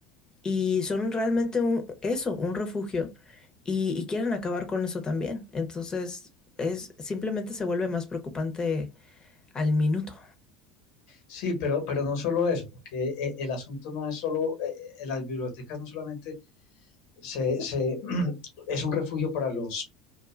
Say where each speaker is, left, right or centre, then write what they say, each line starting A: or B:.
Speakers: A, on the left; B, on the left.
A: Y son realmente un, eso, un refugio. Y, y quieren acabar con eso también. Entonces, es, simplemente se vuelve más preocupante al minuto.
B: Sí, pero, pero no solo eso, porque eh, el asunto no es solo, eh, eh, las bibliotecas no solamente se, se, <clears throat> es un refugio para los